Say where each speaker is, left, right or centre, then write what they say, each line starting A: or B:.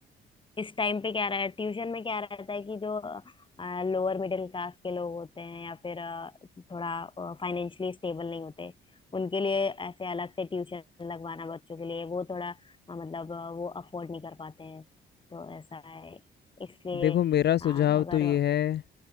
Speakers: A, on the left (about 25°); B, on the left (about 55°).
A: इस टाइम पे क्या रहा है, ट्यूशन में क्या रहता है कि जो लोअर मिडिल क्लास के लोग होते हैं या फिर अ, थोड़ा फाइनेंशियली स्टेबल नहीं होते उनके लिए ऐसे अलग से ट्यूशन लगवाना बच्चों के लिए वो थोड़ा अ, मतलब अ, वो अफोर्ड नहीं कर पाते हैं तो ऐसा है इसलिए
B: देखो मेरा सुझाव
A: अ, अगर
B: तो ये है